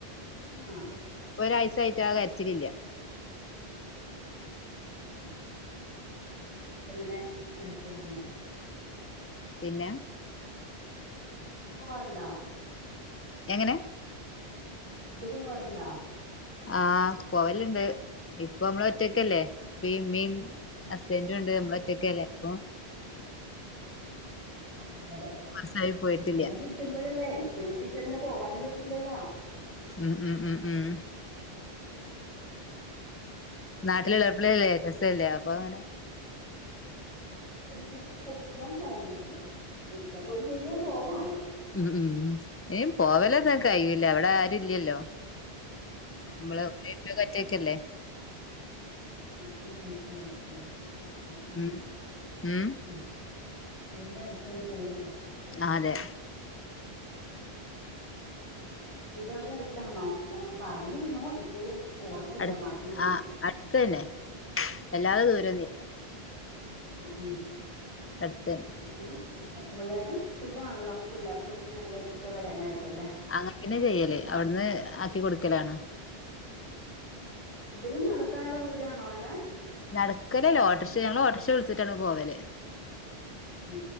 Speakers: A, on the right; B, on the left.
A: ആഹ്
B: ഒരാഴ്ച്ച ആായിട്ട് ആ കരച് ലില്ല
A: ഉറക്കട്ട അങ്ങനെ ആയിപ്പോോർന്ന
B: പിന്നെ
A: പോവാറുണ്ടോ
B: എങ്ങനെ
A: വീട്ടിക്ക്പോവറുണ്ടോ
B: ആഹ് പോവലുണ്ട് ഇപ്പൊ നമ്മള ഒറ്റക്കല്ലേ ഇപ്പ ഇ മീ ഹസ്ബൻറ ഉണ്ട്
A: ആഹ്
B: നമ്മള ഒറ്റക്കല്ലേ അപ്പൊ
A: അതെ അതെ
B: കൊറച്ചായി പോയിട്ടില്ല
A: ഇക്കനെ കിട്ടുമ്പോഴല്ലേ ഇക്കന ഇട്ടിട്ട്ങ്ങനെ പോവാനും പറ്റില്ലല്ലോ
B: ഉം ഉം ഉം ഉം നാട്ടില് ഇളപ്പില്ലല്ലെരസല്ലേ അപ്പൊ അങ്ങന
A: അെ അപ്പ്ര വീട്ട്ക്ക് പോവാൻ പാടിലല്ലോ ഇക്ക പോയി കഴിഞ്ഞ പോവാ ലോ
B: ഉം ഉ എംപോവലക്കെ കഴില്ല അവിടെ ആരില്ലല്ലോ
A: ആഹ്
B: നമ്മള ഉമ്മിം പ്പിം ഒറ്റക്കല്ലേ
A: ആ ചിന്ത അനപ്പ അനക്ക് അ <unintelligible> ത് ശരിയാ
B: ഉം ഉം
A: ഉ അവര് തനിച്ചായി പോവല്ലോ
B: അ അതെ
A: വീടെ അവിടെ അടുത്താണോ പറഞ്ഞിരുന്നു എനിക്ക് ഓർമ്മയില്ല
B: അടു
A: മറന്നോയി
B: ആഹ് അടുത്തന്നെ വല്ലാതെ ദൂരൊന്നുല്ല
A: ഉം ഉം
B: അടുത്തന്നെ
A: അ അവിടെ പോയാലും സുഖമാണല്ലോ പിള്ളേർക്ക് സ്കൂളിലേക്കൊക്ക വരാനായിട്ടല്ലേ
B: അങ്ങനെ തന്നെചെയ്യല് അവിടുന്ന് ആക്കി കൊടുക്കലാണ്
A: അവിടെും നടക്കാനുള്ള ദൂരമാണോ ഉള്ളെ
B: നടക്കലല്ലേ ഓട്ടറിക്ഷ ഞങ്ങങ്ങള് ഓട്ടറിക്ഷ വിളിച്ചിട്ടാണ് പോവല്
A: ഉ